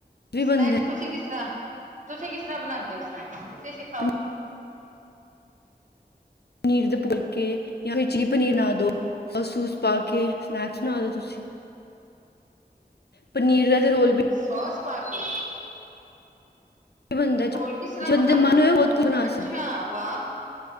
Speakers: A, on the left; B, on the right.
A: ਵੀ
B: ਸਨੈਕਸ
A: ਬਣਦੇ
B: ਤੁਸੀਂ ਕਿਸ ਤਰ੍ਹਾਂ ਤੁਸੀਂ ਕਿਸ ਤਰ੍ਹਾਂ ਬਣਾਦੇ ਹੋ ਸਨੈਕਸ ਤੁਸੀਂ ਸਿਖਾਓ।
A: ਨੇ ਪਨੀਰ ਦੇ ਫੁਲਕੇ ਜਾਂ ਫਿਰ ਚਲੀ ਪਨੀਰ ਬਣਾ ਦੋ ਸੂਸ ਪਾ ਕੇ ਸਨੈਕਸ ਬਣਾ ਦੋ ਤੁਸੀਂ ਪਨੀਰ ਦਾ ਰੋਲ ਵੀ
B: ਸੋਸ ਪਾ ਕੇ
A: ਬਣਦਾ ਜੇ
B: ਰੋਲ ਕਿਸ ਤਰ੍ਹਾਂ ਬਣਾ
A: ਬੰਦੇ ਦਾ ਮਨ ਹੋਏ ਬਹੁਤ ਕੁਝ ਬਣਾ
B: ਅੱਛਾ ਵਾਹ